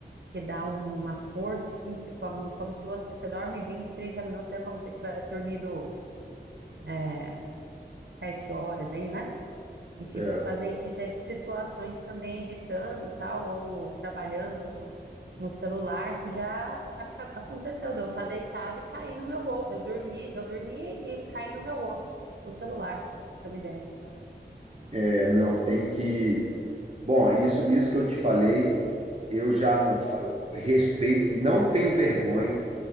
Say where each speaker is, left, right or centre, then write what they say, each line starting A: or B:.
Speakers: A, on the right (about 75°); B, on the right (about 35°).
A: que dá uma força, assim, porque como, como se você, você dorme 20, 30 minutos, é como se você tivesse dormido é, 7 horas aí, né? E tive
B: É,
A: que fazer isso e teve situações também editando, tal, ou trabalhando no celular, que já aca- aconteceu, de eu estar deitada e cair no meu rosto. Eu dormi, eu dormi e caí no meu rosto, o celular, pra você ter uma ideia.
B: é, não, tem que. Bom, isso, isso que eu te falei, eu já não fa- eu respeito, não tenho vergonha,